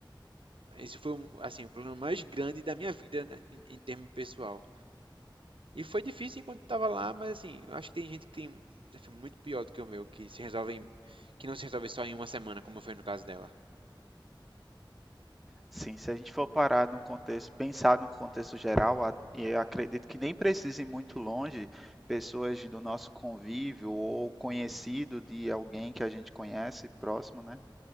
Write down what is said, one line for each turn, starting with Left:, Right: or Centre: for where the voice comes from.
Right: Esse foi, um, assim, o problema mais grande da minha vida né, em, em termo pessoal. E foi difícil enquanto estava lá, mas assim, eu acho que tem gente que tem um desafio muito pior do que o meu, que se resolve em, que não se resolve só em uma semana, como foi no caso dela.
Centre: Sim, se a gente for parar num contexto, pensar num contexto geral, a- e eu acredito que nem precise ir muito longe, pessoas do nosso convívio ou conhecido de alguém que a gente conhece próximo, né,